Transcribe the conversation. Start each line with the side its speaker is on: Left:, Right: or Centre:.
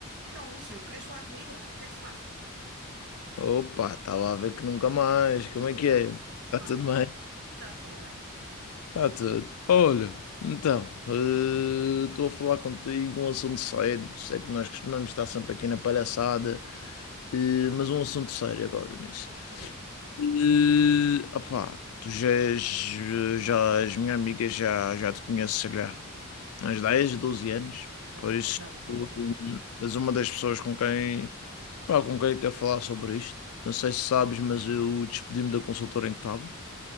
Right: Então, Lúcio, querias falar comigo? O que é que se passa?
Left: Opa, estava a ver que nunca mais. Como
Right: Desculpa
Left: é que é?
Right: lá,
Left: Está
Right: fala.
Left: tudo bem?
Right: Está tudo bem.
Left: Está tudo. Olha, então, eh, estou a falar contigo um assunto sério. Sei que nós costumamos estar sempre aqui na palhaçada, eh, mas um assunto sério agora nisso.
Right: E diz lá então.
Left: Eh, opá, tu já és, já és minha amiga, já, já te conheço, sei lá, há uns 10, 12 anos.
Right: Já,
Left: Por isso,
Right: já há bastante
Left: tu
Right: tempo.
Left: és uma das pessoas com quem Pá, com quem é que quer falar sobre isto? Não sei se sabes, mas eu despedi-me da consultora em que estava.